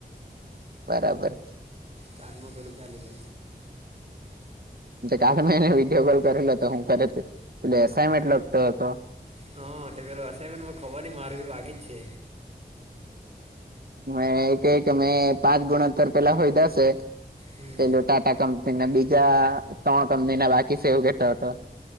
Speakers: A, on the right; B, on the right.
A: બરાબર
B: તાલમાં પેલા મેને
A: કા મહિને વિડિયો કલ કરેલો હતો હું કરે તુ એનમેન્ટ લગતો હતો.
B: હા તો પેલું અસાઇનમેન્ટ ખબર ન મારે બી વાગી જ છે.
A: મે ક અમે પાંચ ગુણત્તર પેલા હોય દાશે
B: હમ
A: પે ટાટા કંપની બીજા ત્રણ કંપની ના બાકી છે, એવુ કેતો હતો.